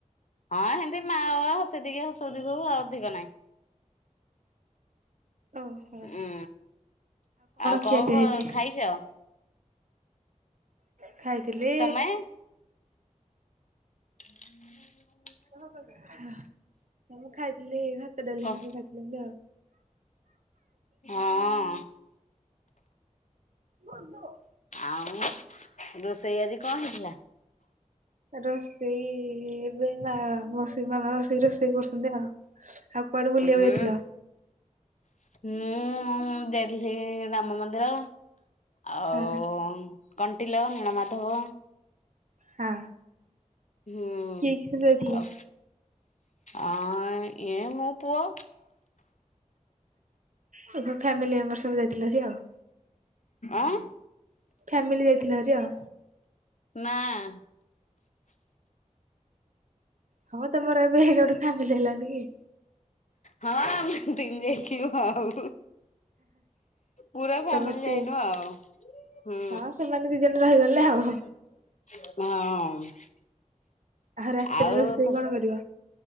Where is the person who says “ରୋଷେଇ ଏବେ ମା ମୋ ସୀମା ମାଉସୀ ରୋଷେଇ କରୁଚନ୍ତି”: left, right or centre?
Right